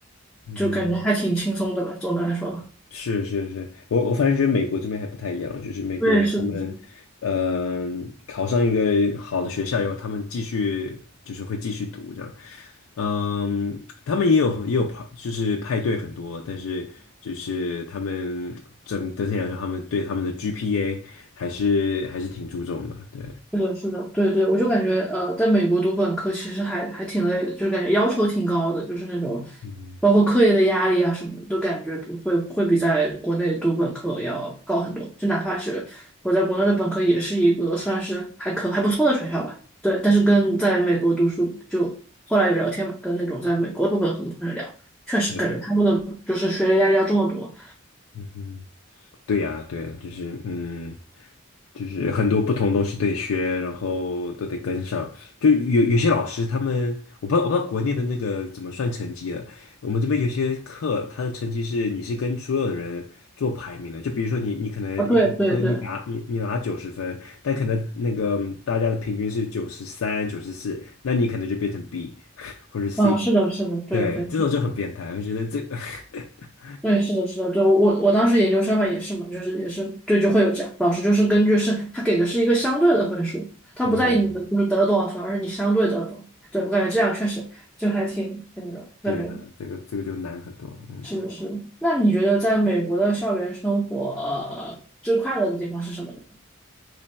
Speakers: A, on the left; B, in the centre.
A: 嗯哼。
B: 就感觉还挺轻松的吧，总的来说。
A: 是是是，我我反正觉得美国这边还不太一样，就是美国他们，
B: 对，是的，是的。
A: 嗯、考上一个好的学校以后，他们继续就是会继续读这样，嗯，他们也有也有派就是派对很多，但是就是他们整整体来说，他们对他们的 GPA 还是还是挺注重的，对，
B: 是的，是的，对对，我就感觉呃，在美国读本科其实还还挺累的，就是感觉要求挺高的，就是那种
A: 嗯，
B: 包括课业的压力啊什么的，都感觉比会会比在国内读本科要高很多。就哪怕是我在国内的本科，也是一个算是还可还不错的学校吧，对。但是跟在美国读书，就后来有聊天嘛，跟那种在美国读本科的同学聊，确实感觉他们的就是学业压力要重得多。
A: 是，嗯哼。对呀，对呀，就是嗯，就是很多不同东西得学，然后都得跟上。就有有些老师他们，我不知道我不知道国内的那个怎么算成绩的。我们这边有些课，他的成绩是你是跟所有人做排名的。就比如说你你可能一个科你拿你你拿九十分，
B: 啊，对对对，
A: 但可能那个大家的平均是九十三、九十四，那你可能就变成 B <laughs> 或者 C。
B: 啊，是的，是的，对对，
A: 对，这种就很变态，我觉得这个 <laughs>
B: 对，是的，是的，对，我我我当时研究生嘛，也是嘛，就是也是，对，就会有这样，老师就是根据是他给的是一个相对的分数，他不在意你的就是得多少分，
A: 对
B: 而是你相对得了多少。对，我感觉这样确实就还挺挺那种感觉，
A: 对啊，这个这个就难很多，嗯。
B: 是的，是的。那你觉得在美国的校园生活，呃，最快乐的地方是什么呢？